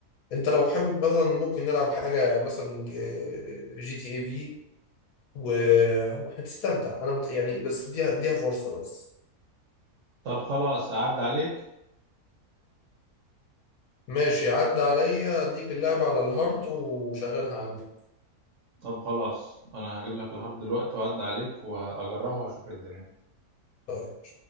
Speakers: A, on the left; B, on the right.
A: انت لو حابب مثلا ممكن نلعب حاجه مثلا آه، جي تي اي في وهتستمتع انا مت... يعني بس اديها اديها فرصه بس
B: طب خلاص اعد عليك
A: ماشي عدى عليا اديك اللعبه على الهارد وشغلها عندك
B: طب خلاص انا هجيب لك الهارد دلوقتي واعد عليك واجربها واشوف إيه الدنيا
A: طيب.